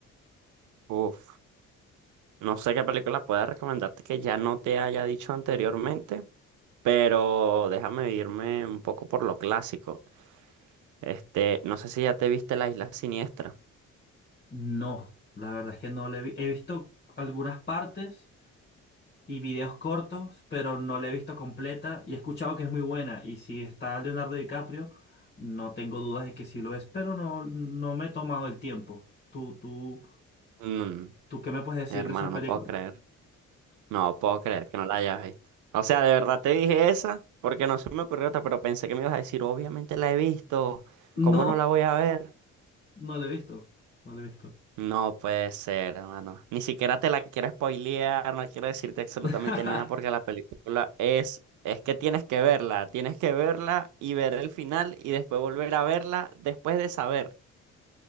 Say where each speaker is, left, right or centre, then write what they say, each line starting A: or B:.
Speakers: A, on the right; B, on the left.
A: Uf, no sé qué película pueda recomendarte que ya no te haya dicho anteriormente, pero déjame irme un poco por lo clásico. Este, no sé si ya te viste La Isla Siniestra.
B: No, la verdad es que no le he vi- he visto algunas partes. y videos cortos, pero no la he visto completa y he escuchado que es muy buena. Y si está Leonardo DiCaprio, no tengo dudas de que sí lo es, pero no, no me he tomado el tiempo. ¿Tú, tú,
A: Mm,
B: tú qué me puedes decir
A: hermano,
B: de esas películas?
A: no puedo creer.
B: <laughs>
A: No puedo creer que no la hayas visto. O sea, de verdad te dije esa, porque no se me ocurrió otra, pero pensé que me ibas a decir, obviamente la he visto. ¿Cómo
B: No,
A: no la voy a ver?
B: no la he visto. No la he visto.
A: No puede ser, hermano. Ni siquiera te la quiero spoilear, no quiero decirte absolutamente
B: <laughs>
A: nada porque la película es, es que tienes que verla, tienes que verla y ver el final y después volver a verla después de saber,